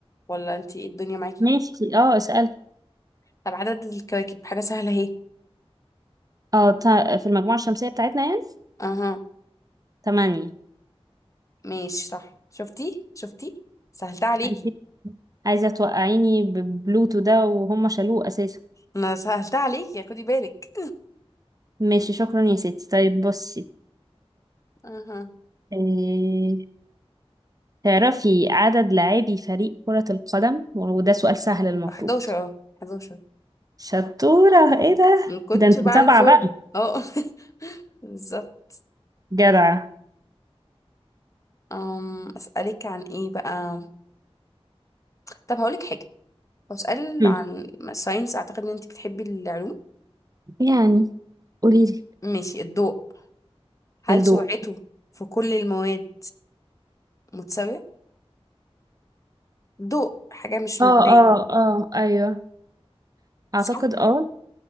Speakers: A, on the left; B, on the right.
A: ولا انتي ايه الدنيا معاكي
B: ماشي اه اسألي
A: طب عدد الكواكب حاجة سهلة اهي
B: اه تا- في المجموعة الشمسية بتاعتنا يعني
A: اها
B: تمانية
A: ماشي صح شفتي شفتي سهلتها عليكي
B: عايزة عايزة توقعيني ببلوتو ده وهم شالوه أساسا
A: انا سهلتها عليكي يعني خدي بالك
B: ماشي شكرا يا ستي طيب بصي
A: <laughs> اها
B: إيه... تعرفي عدد لاعبي فريق كرة القدم وده سؤال سهل المفروض
A: 11 اه 11
B: شطورة ايه ده
A: من كنت
B: ده انت
A: بقى
B: متابعة
A: الفاضي
B: بقى
A: اه <laughs> بالظبط
B: جدعة
A: أم أسألك عن ايه بقى طب هقولك حاجة بسأل
B: هم،
A: عن ساينس اعتقد ان انت بتحبي العلوم
B: يعني قوليلي
A: ماشي الضوء هل
B: الضوء
A: سرعته في كل المواد متساوية؟ ضوء حاجة مش
B: اه
A: مادية
B: اه اه ايوه اعتقد
A: صح؟
B: اه